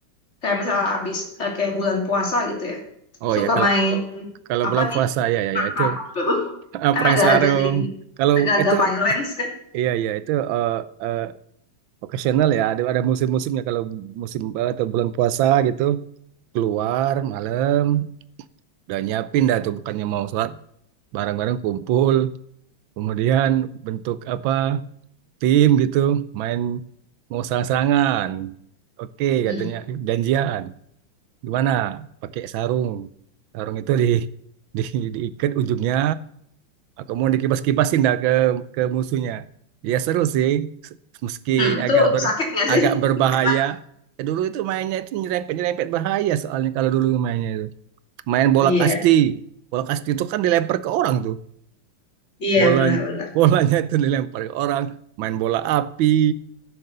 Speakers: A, on the left (about 35°); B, on the right (about 75°).
A: kayak misalnya abis eh, kayak bulan puasa gitu ya.
B: oh
A: Suka
B: ya kalau
A: main
B: kalau
A: apa
B: bulan
A: nih?
B: puasa ya ya
A: Tarung
B: ya itu
A: gitu.
B: <laughs>
A: Kan
B: perang
A: agak-agak
B: sarung
A: ini
B: kalau
A: agak-agak
B: itu
A: violence kan.
B: iya iya itu eh, eh, occasional ya ada ada musim-musimnya kalau musim eh, atau bulan puasa gitu keluar malam udah nyiapin dah tuh bukannya mau sholat barang-barang kumpul, kemudian bentuk apa tim gitu, main mau sarang-sarangan. Oke,
A: mm
B: katanya janjian. Gimana? Pakai sarung. Sarung itu di, <laughs> di diikat ujungnya, kemudian dikibas-kibasin dah ke ke musuhnya. Ya seru sih, se- meski
A: Hmm, itu
B: agak ber
A: sakit nggak
B: agak
A: sih?
B: berbahaya.
A: <laughs> Kena.
B: Eh, Dulu itu mainnya itu nyerempet-nyerempet bahaya soalnya kalau dulu mainnya itu. Main bola
A: Iya,
B: kasti. Bola kasti itu kan dilempar ke orang tuh.
A: iya
B: bolanya
A: benar-benar.
B: bolanya itu dilempar ke orang main bola api